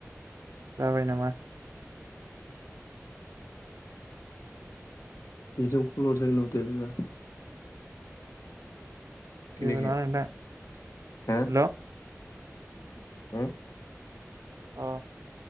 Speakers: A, on the right; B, on the left.
A: जाबाय नामा?
B: बेजों कल जायानाव दे बेबादिबा <unintelligible> खोनायाखै
A: जेबो नङा नोंथां
B: हो
A: हेल'
B: हो
A: औ